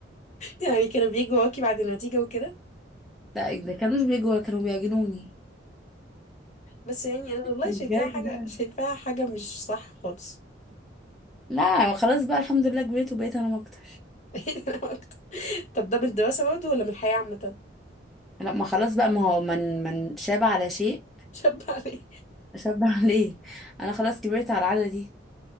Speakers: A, on the left; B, in the centre.
A: يعني كانوا بيجوا وراكي بعد النتيجة وكده
B: لا اذا كانوش بيجوا كانوا بيعجنوني
A: بس يعني انا والله
B: الجري
A: شايفاها حاجة
B: ده
A: شايفاها حاجة مش صح خالص
B: لا خلاص بقى الحمد لله كبرت وبقيت انام اكتر
A: <laughs> ايه ده، أنا أكتر. طب ده من الدراسة برضه ولا من الحياة عامة؟
B: لا ما خلاص بقى ما هو من من شاب على شيء
A: <laughs> شب عليه
B: شاب <laughs> على ايه انا خلاص كبرت على العاده دي